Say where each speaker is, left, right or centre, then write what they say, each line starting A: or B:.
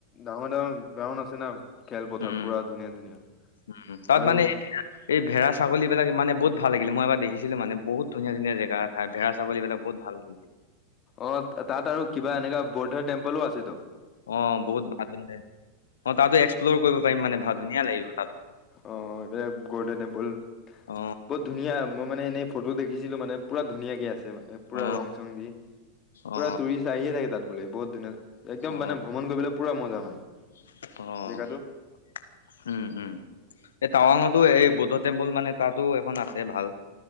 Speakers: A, on the left; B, on the left.
A: ডাঙৰ ডাঙৰ গ্ৰাউড আছে না। খেলপথাৰ
B: উম
A: পুৰা ধুনীয়া ধুনীয়া
B: উ তাত
A: আৰু
B: মানে এই ভেড়া ছাগলী। এইবিলাক মানে বহুত ভালাগিল মই এবাৰ দেখছিলো মানে বহুত ধুনিয়া ধুনিয়া জেগা জেগা চাওঁ বুলি কলে বহুত ভাল বুলি
A: অ তাত আৰু কিবা এনেকা বৌদ্ধ টেম্পলো আছে।
B: অ বহুত ভাল অ তাতো এক্সপ্ল'ৰ কৰিব পাৰিম মানে ভাল। ধুনীয়া লাগিব তাতো।
A: অ এ গৰ্ডেন টেম্পুল
B: অ
A: বহুত ধুনীয়া মই মানে এনেই ফটো দেখিছিলো মানে পুৰা ধুনীয়াকে আছে মানে পুৰা
B: অ
A: ৰং চং দি পুৰা
B: অ
A: টুৰিষ্ট আহিয়ে থাকে। তাত বোলে বহুত ধুনীয়া একদম
B: অ
A: মানে ভ্ৰমণ কৰিবলৈ পুৰা মজা মানে।
B: অ
A: জেগাটো
B: উম উম এই টাৱাঙতো এই বৌদ্ধ টেম্পুল মানে তাতো এখন আছে ভাল।